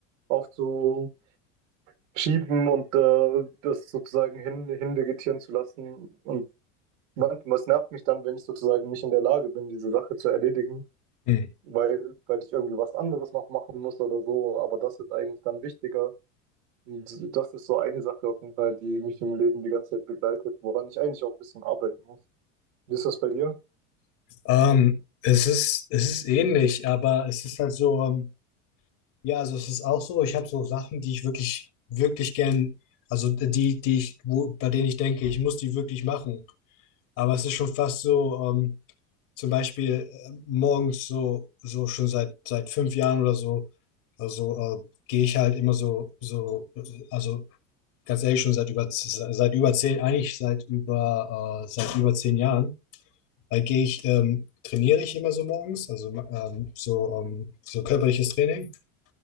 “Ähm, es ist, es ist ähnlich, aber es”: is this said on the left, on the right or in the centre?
Left